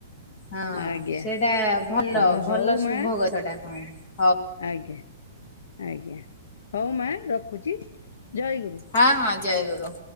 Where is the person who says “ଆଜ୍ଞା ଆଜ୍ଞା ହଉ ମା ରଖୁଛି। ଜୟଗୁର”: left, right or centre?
Left